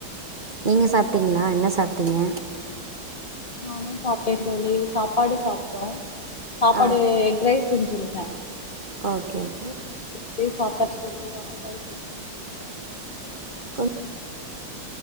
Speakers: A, on the right; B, on the left.
A: நீங்க சாப்பிட்டீங்ளா என்ன சாப்பிட்டீங்க
B: நானு சாப்பிட்டே தோழி சாப்பாடு சாப்ட்டோ சாப்பாடு
A: ஆ
B: எக் ரைஸ் பிரிஞ்சுலுங்க
A: ஓகே ஓகே
B: அப்டியே சாப்ட்டாச்சு தோழி ஒரு ஆஃப் பாயில் போட்டு சாப்பட்டுட்ட
A: கொஞ்ச